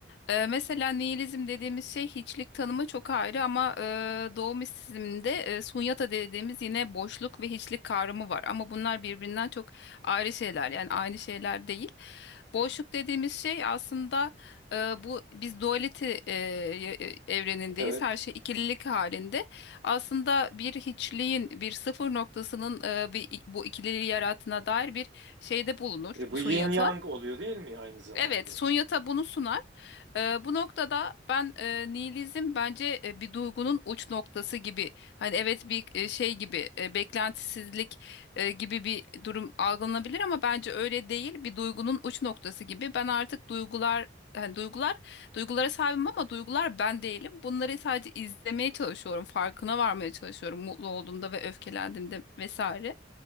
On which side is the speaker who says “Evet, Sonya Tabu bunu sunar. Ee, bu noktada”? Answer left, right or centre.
Left